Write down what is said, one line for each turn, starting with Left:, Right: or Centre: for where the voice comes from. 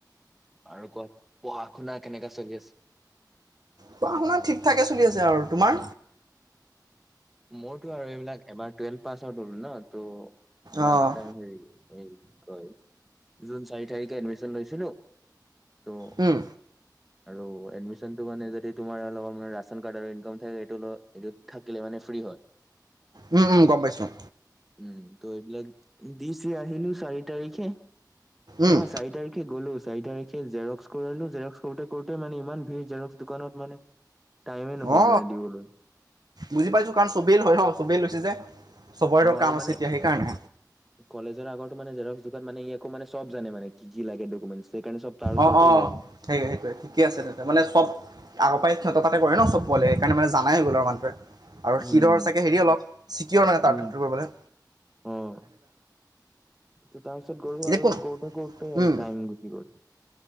Centre: আৰু কোৱা পঢ়া শুনা কেনেকা চলি আছে?
Right: পঢ়া শুনা ঠিক থাকে চলি আছে আৰু তোমাৰ
Centre: মইতো আৰু এইবিলাক এবাৰ টুৱেলভ পাছ আউট হলো ন ত' লাষ্ট
Right: অ
Centre: টাইম হেৰি এই কি কয় জুন চাৰি তাৰিখে এডমিশ্যন লৈছিলো ত
Right: উম
Centre: আৰু এডমিশ্যনটো মানে যদি তোমাৰ ৰেচন কাৰ্ড আৰু ইনকাম থাকে এইটো লগত এইটো থাকিলে মানে ফ্ৰী হয়
Right: উম উম গম পাইছোঁ
Centre: উম ত এইবিলাক দি চি আহিলো চাৰি তাৰিখে অ
Right: উম,
Centre: নহয় চাৰি তাৰিখে গ'লো চাৰি তাৰিখ খে সেই জেৰক্স কৰিলো জেৰক্স কৰোতে কৰোতে মানে ইমান ভিৰ জেৰক্স দোকানত মানে টাইমে নহ'ল
Right: অ
Centre: মানে দিবলৈ
Right: বুজি পাইছো কাৰণ চবেই লয় ন চবেই লৈছে যে চবৰেতো
Centre: অ আৰু
Right: কাম আছে
Centre: মানে
Right: এতিয়া সেইকাৰণে।
Centre: কলেজৰ আগত মানে জেৰক্স দোকান মানে ই আকৌ মানে চব জানে মানে কি কি লাগে ডকুমেণ্ট সেইকাৰণে চব তাৰ ওচৰতে
Right: অ অ
Centre: যায়
Right: সেই সেইটোয়ে ঠিকে আছে তাতে মানে চব আগৰ পৰা সিঁহতে তাতে কৰে ন চব পোৱালিয়ে সেইকাৰণে জানাই হৈ গল মানুহটোৱে আৰু
Centre: উম
Right: সি ধৰ চাগে হেৰি অলপ চিকিঅৰ নাই তাত
Centre: উম
Right: কৰিবলে
Centre: অ তাৰপিছত গলো
Right: এতিয়া
Centre: আৰু
Right: কোন
Centre: কৰোতে কৰোতে
Right: উম,
Centre: আৰু টাইম গল সি গল